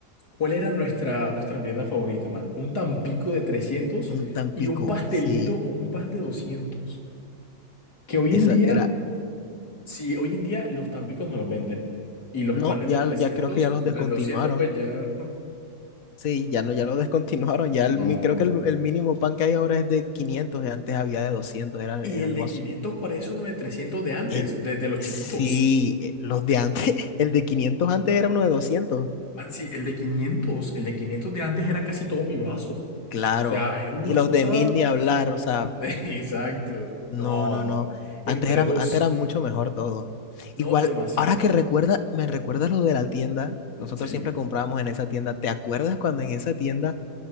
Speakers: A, on the left; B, on the left.
A: cuál era nuestra, nuestra merienda favorita, man. Un tampico de trescientos
B: Un Tampico,
A: y un pastelito
B: sí,
A: o un pan de doscientos Que hoy
B: eso
A: en día,
B: era,
A: sí, hoy en día los tampicos no los venden. Y los
B: no,
A: panes
B: ya,
A: de trescientos
B: ya creo que ya los
A: de
B: descontinuaron,
A: 200 pues ya, mm,
B: sí, ya no, ya los <laughs> descontinuaron, ya el,
A: no.
B: mi- creo que el, el mínimo pan que hay ahora es de 500 y antes había de 200 era,
A: Y
B: era
A: el
B: hermoso.
A: de 500 parece uno de 300 de antes,
B: El,
A: de de los chiquitos.
B: sí, eh, los de antes, <laughs> el de 500 antes era uno de 200
A: Man, sí, el de 500, el de 500 de antes era casi todo mi brazo. O
B: claro,
A: sea, era una
B: y los
A: cosa...
B: de 1000 ni hablar, o sea,
A: <laughs> Exacto.
B: No,
A: No,
B: no,
A: no,
B: no.
A: no. Entre
B: Antes era,
A: dos.
B: antes era mucho mejor todo.
A: No
B: Igual,
A: demasiado.
B: ahora que recuerda, me recuerdas lo de la tienda. Nosotros
A: ¿Sí?
B: siempre comprábamos en esa tienda. ¿Te acuerdas cuando en esa tienda